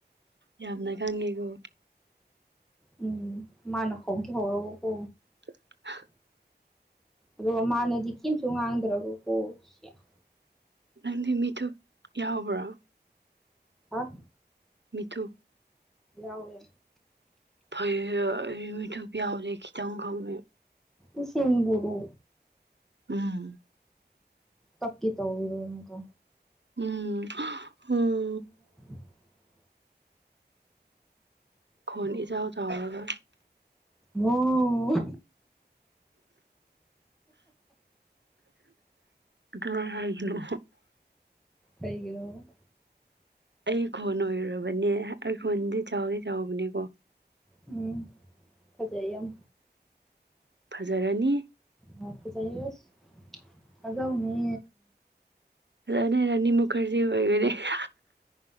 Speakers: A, on the right (about 85°); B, in the centre.
A: ꯌꯥꯝꯅ ꯈꯪꯉꯤꯀꯣ
B: ꯎꯝ ꯃꯥꯅ ꯍꯧꯒꯦ ꯍꯧꯔꯒꯀꯣ
A: <unintelligible>
B: ꯑꯗꯨꯒ ꯃꯥꯅꯗꯤ ꯀꯦꯝꯁꯨ ꯉꯥꯡꯗ꯭ꯔꯒꯀꯣ ꯁꯤꯑꯥ
A: ꯅꯪꯗꯤ ꯃꯤꯠꯊꯨꯞ ꯌꯥꯎꯕ꯭ꯔꯣ
B: ꯍꯥ
A: ꯃꯤꯠꯊꯨꯞ
B: ꯌꯥꯎꯋꯦ
A: ꯐꯩꯌꯦ ꯑꯩꯗꯤ ꯃꯤꯠꯊꯨꯞ ꯌꯥꯎꯗꯦ ꯈꯤꯇꯪ ꯈꯛꯅꯦ
B: ꯥꯑꯁꯦꯡꯕꯨꯨꯔꯨ
A: ꯎꯝ
B: ꯀꯞꯀꯦ ꯇꯧꯏꯔꯣ ꯑꯃꯨꯛꯀ
A: ꯎꯝ ꯍ ꯑ
B: <inaudible>
A: ꯈꯣꯟ ꯏꯆꯥꯎ ꯆꯥꯎꯔꯒ
B: ꯋꯣ
A: ꯑꯗꯨꯃꯥꯏ ꯍꯥꯏꯒꯅꯣ
B: ꯀꯩꯒꯤꯅꯣ
A: ꯑꯩ ꯈꯣꯟ ꯑꯣꯏꯔꯨꯔꯕꯅꯦ ꯑꯩ ꯈꯣꯟꯗꯤ ꯆꯥꯎꯗꯤ ꯆꯥꯎꯕꯅꯦꯀꯣ
B: ꯎꯝ ꯐꯖꯩꯌꯦ ꯌꯥꯝ
A: ꯐꯖꯔꯅꯤ
B: ꯑꯥ ꯐꯖꯩꯌꯦ ꯑꯁ ꯊꯥꯖꯧꯅꯦ
A: ꯑꯗꯨꯅꯦ ꯔꯥꯅꯤ ꯃꯨꯈꯔꯖꯤ ꯑꯣꯏꯕꯅꯦ <unintelligible>